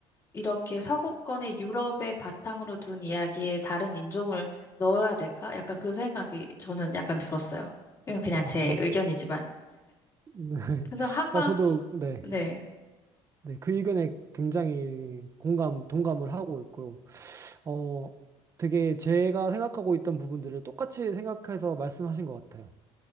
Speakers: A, on the left; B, on the right.
A: 이렇게 서구권의 유럽의 바탕으로 둔 이야기에 다른 인종을 넣어야 될까? 약간 그 생각이 저는 약간 들었어요. 이건 그냥
B: 아,
A: 제
B: 맞아요.
A: 의견이지만.
B: 네.
A: 그래서
B: <laughs>
A: 한번,
B: 어, 저도, 네.
A: 네.
B: 네, 그 의견에 굉장히 공감, 동감을 하고 있고, 어, 되게 제가 생각하고 있던 부분들을 똑같이 생각해서 말씀하신 것 같아요.